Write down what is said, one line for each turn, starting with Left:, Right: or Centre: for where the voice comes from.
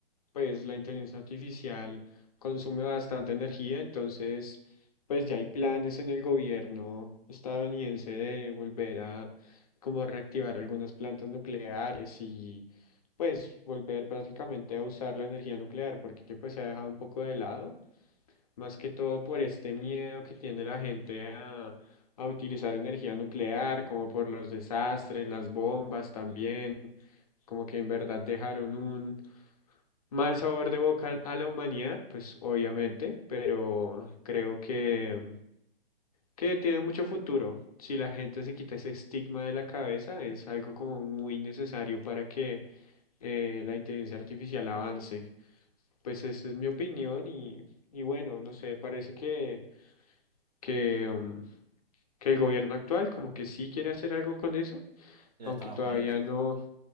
Left: pues la inteligencia artificial consume bastante energía, entonces pues ya hay planes en el gobierno estadounidense de volver a como reactivar algunas plantas nucleares y pues volver prácticamente a usar la energía nuclear porque pues se ha dejado un poco de lado. Más que todo por este miedo que tiene la gente a, a utilizar energía nuclear, como por los desastres, las bombas también, como que en verdad dejaron un mal sabor de boca a la humanidad, pues obviamente, pero creo que, que tiene mucho futuro. Si la gente se quita ese estigma de la cabeza, es algo como muy necesario para que eh, la inteligencia artificial avance. Pues esa es mi opinión y, y bueno, no sé, parece que, que, mm, que el gobierno actual como que sí quiere hacer algo con eso,
Right: ¿De
Left: aunque
Right: Estados
Left: todavía
Right: Unidos?
Left: no,
Right: <laughs>